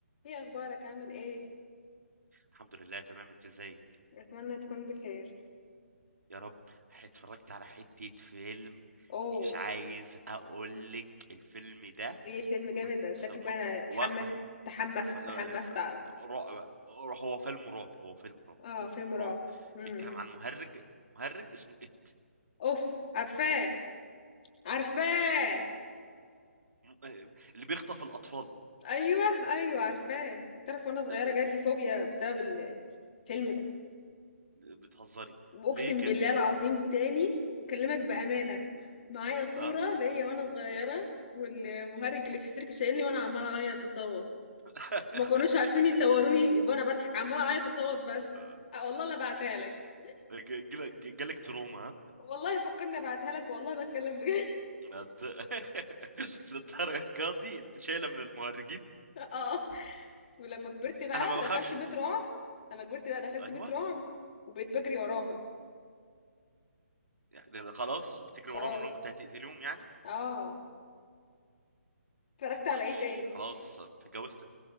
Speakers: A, on the left; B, on the right.
A: ايه اخبارك عامل ايه
B: الحمد لله تمام انت ازيك
A: اتمنى تكون بخير
B: يا رب ح- اتفرجت على حتة فيلم
A: اوه
B: مش عايز اقول لك الفيلم ده
A: ايه فيلم جامد
B: كنت
A: ده شكله
B: م-
A: بقى أنا
B: م-
A: اتحمست
B: واقع
A: تحمست
B: ف- آه،
A: تحمست اعرف
B: رعب هو فيلم رعب هو فيلم رعب
A: اه
B: هو
A: فيلم
B: فيلم
A: رعب
B: رعب
A: امم
B: بيتكلم عن مهرج مهرج اسمه ات
A: اوف عارفاه عارفاه
B: آه، آه، اللي بيخطف الاطفال
A: ايوه ايوه عارفاه تعرف وانا صغيره
B: ده ده
A: جات لي فوبيا بسبب ال- الفيلم ده
B: ده- بتهزري
A: واقسم
B: ليه كده
A: بالله العظيم تاني بكلمك بامانه معايا صوره
B: اه
A: ليا وانا صغيره والمهرج اللي في السيرك شايلني وانا عماله اعيط واصوت
B: <laughs>
A: ما كانوش عارفين يصوروني وانا بضحك عماله اعيط اصوت بس
B: آه.
A: أه والله لا بعتها لك
B: جالك تروما آه.
A: والله فكرني ابعتها لك والله بتكلم بجد
B: للد- <laughs> للدرجه دي انت شايله من المهرجين
A: <laughs> اه ولما كبرت بقى
B: انا ما بخافش
A: دخلت بيت رعب لما كبرت بقى دخلت
B: ايوه
A: بيت رعب وبقيت بجري وراهم
B: يعني خلاص بتجري
A: خلاص
B: وراهم انهم انت هتقتلهم يعني
A: اه اتفرجت
B: آه،
A: على
B: وحش
A: ايه تاني
B: خلاص اتجوزت